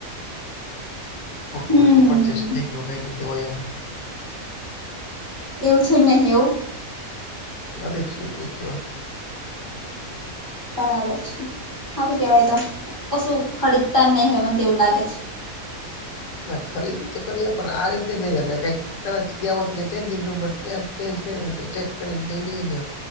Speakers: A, on the left (about 70°); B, on the right (about 20°).
A: ખોટું
B: હમ
A: હોય તે પરચેસ થઈ ગયો કઈ રીતે હોય એમ.
B: એવું થયું જ નહીં એવું?
A: નથી થયું એકે વાર.
B: બરાબર છે હારું કેવાય એ તો કશું ખરીદતા જ નહી હોય મને તો એવું જ લાગે છે.
A: ના ખરીદી તો કરીએ પણ આ રીતે નઈ એટલે કંઈક કદાચ ગયા હોય તો ત્યા ચેન્જિંગ રૂમમાં ત્યાં ચેન્જ કરીને ચેક કરીને લઈ લઈએ ને એમ.